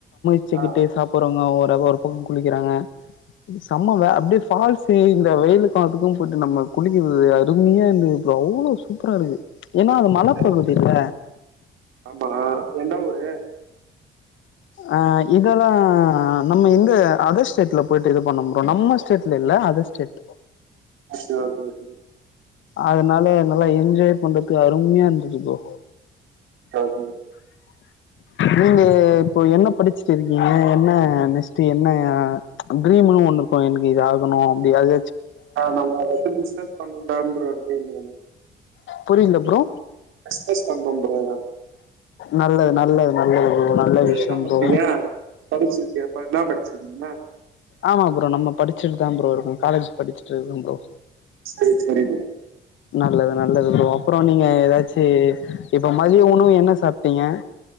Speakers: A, on the left; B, on the right.
A: வச்சுக்கிட்டு
B: ஆ
A: சாப்பறவங்க ஒரு பக்க குளிக்கிறாங்க சம்ம வே அப்படியே ஃபால்ஸ் இந்த வெயிலு காத்துக்கு போயிட்டு நம்ம குளிக்கிறது அருமையா இந்த அவ்வளவ் சூப்பரா இருக்கு ஏன்னா அது மலப்பகுதி
B: சரி
A: இல்ல
B: ஆமா எந்த ஊரு
A: ஆ இதெல்லா நம்ம எங்க அதர் ஸ்டேட்ல போயிட்டு இது பண்ணம் ப்ரோ நம்ம ஸ்டேட்ல இல்ல அதர்ஸ்டேட்
B: ஆ செர் ஒகே
A: அதனால நல்லா என்ஜாய் பண்றதுக்கு அருமையா இருந்தது ப்ரோ
B: ஓகே ஓகே <inaudible>
A: நீங்க இப்போ என்ன படிச்சுட்டு இருக்கீங்க என்ன நெஸ்ட்ட் என்ன ட்ரீம்ன்னு ஒண்ணு இருக்கு எனக்கு இத ஆக்கணு அப்டியாது
B: ஆ நம்ம எது பிசிஸ்னஸ் பண்ணனுதா ப்ரோ டிரிம்
A: புரில்ல ப்ரோ
B: பிஸ்னஸ் பண்ணனு ப்ரோ
A: நல்லது நல்லது நல்லது நல்ல
B: நீங்க
A: விஷயோ
B: என்ன பண்றீங்க
A: ப்ரோ
B: படிச்சிருக்கீங்க ப- என்ன படிச்சிருக்கீங்க
A: ஆமா ப்ரோ நம்ம படிச்சுட்டு தா ப்ரோ இருக்கோ காலேஜ் படிச்சுட்டு இருக்கோ ப்ரோ
B: செரி செரிது
A: நல்லது நல்லது ப்ரோ அப்புறோ நீங்க ஏதாச்சு இப்ப மதியோ உணவு என்ன சாப்பிட்டீங்க